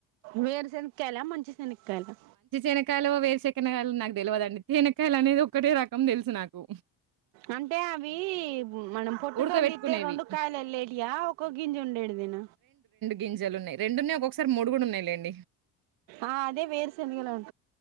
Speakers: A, on the right (about 80°); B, on the right (about 50°).
A: వేరు శెనిక్కాయలా మంచి శెని క్కాయలా
B: తేనకాయలు వేరు శెకనకాయలు నాకు తెలువదండి తేనకాయలు అనేది ఒక్కటే రకం తెలుసు నాకు
A: అంటే అవి మనం పొట్టుతోని
B: ఉడకబెట్టుకునేవి.
A: దీత్తే రెండు కాయలు వెళ్లేటి యో ఒక్కొ గింజి ఉండేడిదేన.
B: గింజలు ఉన్నయి రెండు ఉన్నాయి ఒకొక్కసారి మూడు కూడా ఉన్నాయిలేండి
A: ఆ అదే వేరు శెనగలు